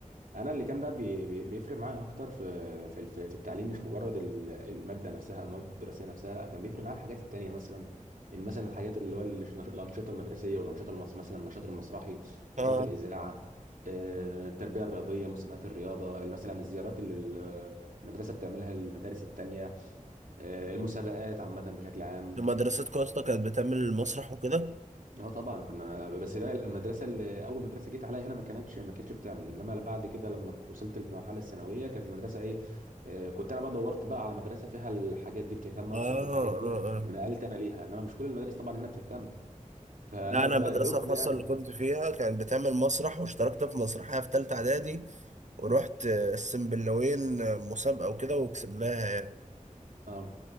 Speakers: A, on the right (about 85°); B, on the right (about 60°).
A: انا اللي كان بقى بي- بي- بيفرق معايا اكتر في في في في التعليم مش مجرد ال- الماده نفسها المواد الدراسيه نفسها لا كان بيفرق معايا الحاجات التانيه مثلا ان مثلا الحاجات اللي هو الش- الانشطه المدرسيه والانشطه المس... مثلا النشاط المسرحي
B: اه
A: نشاط الاذاعه آه، التربيه الرياضيه مسابقات الرياضه مثلا الزيارات اللي ال- المدرسه بتعملها للمدارس التانيه آه، المسابقات عامه بشكل عام
B: مدرستكم يا اسطى كانت بتعمل المسرح وكده
A: اه طبعا كنا بس ده المدرسه اللي اول مدرسه جيت عليها هنا ما كانتش ما كانتش بتعمل انما بعد كده لما وصلت للمرحله الثانويه كانت المدرسه ايه آه كنت انا بقى دورت بقى على مدرسه فيها الحاجات دي بتهتم اكتر
B: اه اه
A: بالحاجات دي
B: اه
A: ونقلت انا ليها انما مش كل المدارس طبعا هنا بتهتم فانا
B: لا انا
A: ده
B: المدرسه
A: دخت
B: الخاصه
A: يعني
B: اللي كنت فيها كانت بتعمل مسرح واشتركت في مسرحيه في ثالثه اعدادي ورحت السنبلاوين مسابقه وكده وكسبناها
A: اه